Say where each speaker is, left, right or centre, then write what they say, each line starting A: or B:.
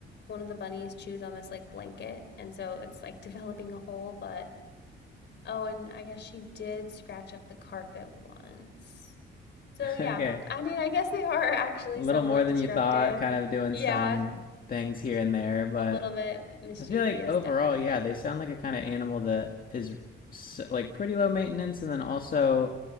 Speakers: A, on the left; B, on the left.
A: one of the bunnies chews on this like blanket and so it's like <laughs> developing a hole, but oh and I guess she did scratch up the carpet once. So,
B: <laughs>
A: yeah,
B: Okay.
A: I mean, I guess they are actually
B: A little
A: somewhat
B: more than
A: destructive.
B: you thought, kind of doing
A: Yeah,
B: some things here and there, but
A: a little bit mischievous,
B: I feel like overall,
A: definitely.
B: yeah, they sound like a kind of animal that is s like pretty low maintenance and then also